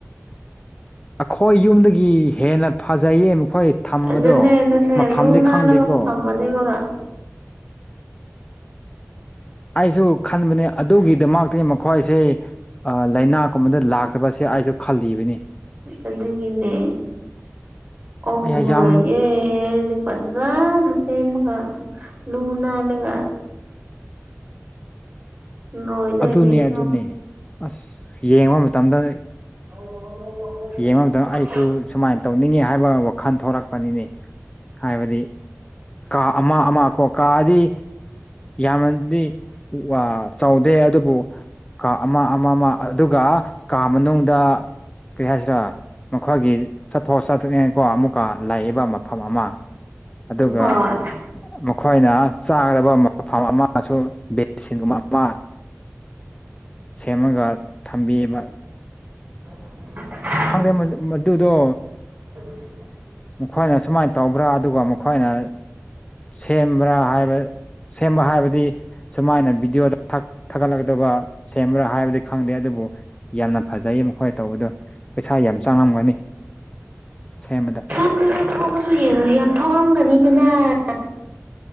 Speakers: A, on the left; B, on the right.
A: ꯑꯩꯈꯣꯏ ꯌꯨꯝꯗꯒꯤ ꯍꯦꯟꯅ ꯐꯖꯩꯌꯦ ꯃꯈꯣꯏ ꯊꯝꯕꯗꯣ
B: ꯑꯗꯨꯅꯦ ꯑꯗꯨꯅꯦ
A: ꯃꯐꯝꯗꯤ
B: ꯂꯨ ꯅꯥꯜꯂꯒ
A: ꯈꯪꯗꯦꯀꯣ
B: ꯊꯃꯅꯦꯕꯒ
A: ꯑꯩꯁꯨ ꯈꯟꯕꯅꯦ ꯑꯗꯨꯒꯤꯗꯃꯛꯇꯤ ꯃꯈꯣꯏꯁꯦ ꯂꯥꯏꯅꯥ ꯀꯨꯝꯕꯗ ꯂꯥꯛꯇꯕꯁꯦ ꯑꯩꯁꯨ ꯈꯜꯂꯤꯕꯅꯤ
B: ꯑꯗꯨꯒꯤꯅꯦ ꯑꯣꯛꯅ
A: ꯑꯩ
B: ꯃꯔꯨ
A: ꯌꯥꯝ
B: ꯑꯣꯏꯌꯦ ꯐꯖꯥꯅ ꯁꯦꯃꯒ ꯂꯨ ꯅꯥꯜꯂꯒ ꯂꯣꯏꯗꯣꯏꯅꯦ
A: ꯑꯗꯨꯅꯦ
B: ꯈꯪꯉꯕ
A: ꯑꯗꯨꯅꯦ ꯑꯁ ꯌꯦꯡꯕ ꯃꯇꯝꯗ
B: <unintelligible>
A: ꯌꯦꯡꯕ ꯃꯇꯝꯗ ꯑꯩꯁꯨ ꯁꯨꯃꯥꯏꯅ ꯇꯧꯅꯤꯡꯉꯤ ꯍꯥꯏꯕ ꯋꯥꯈꯜ ꯊꯣꯛꯂꯛꯄꯅꯤꯅꯦ ꯍꯥꯏꯕꯗꯤ ꯀꯥ ꯑꯃ ꯑꯃ ꯀꯣ ꯀꯥꯗꯤ ꯌꯥꯝꯅꯗꯤ ꯑꯥ ꯆꯥꯎꯗꯦ ꯑꯗꯨꯕꯨ ꯀꯥ ꯑꯃ ꯑꯃ ꯑꯃ ꯑꯗꯨꯒ ꯀꯥ ꯃꯅꯨꯡꯗ ꯀꯔꯤ ꯍꯥꯏꯁꯤꯔꯥ ꯃꯈꯣꯏꯒꯤ ꯆꯠꯊꯣꯛ ꯆꯠꯊꯅꯤꯡꯉꯥꯏ ꯀꯣ ꯑꯃꯨꯛꯀꯥ ꯂꯩꯏꯕ ꯃꯐꯝ ꯑꯃ ꯑꯗꯨꯒ
B: ꯍꯣꯏ
A: ꯃꯈꯣꯏꯅ ꯆꯥꯒꯗꯕ ꯃꯐꯝ ꯑꯃꯁꯨ ꯕꯦꯠꯁꯤꯡꯒꯨꯝꯕ ꯑꯃ ꯁꯦꯝꯃꯒ ꯊꯝꯕꯤꯌꯦꯕ
B: <unintelligible>
A: ꯈꯪꯗꯦ ꯃꯗꯨꯗꯣ
B: <unintelligible>
A: ꯃꯈꯣꯏꯅ ꯁꯨꯃꯥꯏꯅ ꯇꯧꯕ꯭ꯔꯥ ꯑꯗꯨꯒ ꯃꯈꯣꯏꯅ ꯁꯦꯝꯕ꯭ꯔꯥ ꯍꯥꯏꯕ ꯁꯦꯝꯕ ꯍꯥꯏꯕꯗꯤ ꯁꯨꯃꯥꯏꯅ ꯚꯤꯗꯤꯑꯣꯗ ꯊꯥꯒꯠꯂꯛꯀꯥꯗꯕ ꯁꯦꯝꯕ꯭ꯔꯥ ꯍꯥꯏꯕꯗꯤ ꯈꯪꯗꯦ ꯑꯗꯨꯕꯨ ꯌꯥꯝꯅ ꯐꯖꯩ ꯃꯈꯣꯏ ꯇꯧꯕꯗꯣ ꯄꯩꯁꯥ ꯌꯥꯝ ꯆꯥꯡꯉꯝꯒꯅꯤ ꯁꯦꯝꯕꯗ
B: <unintelligible> ꯌꯥꯝ ꯊꯧꯔꯝꯒꯅꯤꯗꯅ